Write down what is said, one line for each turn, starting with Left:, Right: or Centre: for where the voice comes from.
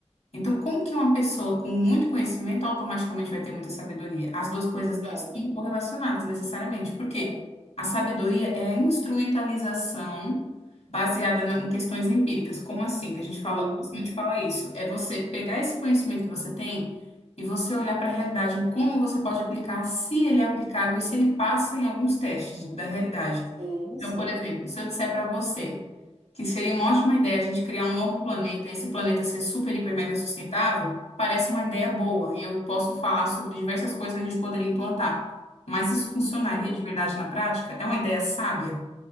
Left: Então, como que uma pessoa com muito conhecimento automaticamente vai ter muita sabedoria? As duas coisas
Right: Não.
Left: não estão correlacionadas necessariamente, porque
Right: É.
Left: a sabedoria é a instrumentalização baseada na- em questões empíricas. Como assim? Que a gente fala,
Right: Sim,
Left: gosto muito de falar isso. É você pegar esse conhecimento que você tem e você olhar para a realidade, em como você pode aplicar, se ele é aplicável e se ele passa em alguns testes da realidade.
Right: sim,
Left: Então,
Right: sim.
Left: por exemplo, se eu disser para você que seria uma ótima ideia a gente criar um novo planeta, esse planeta ser super, hiper, mega sustentável, parece uma ideia boa e eu posso falar sobre diversas coisas que a gente poderia implantar. Mas isso funcionaria
Right: sim.
Left: de verdade na prática? É uma ideia sábia?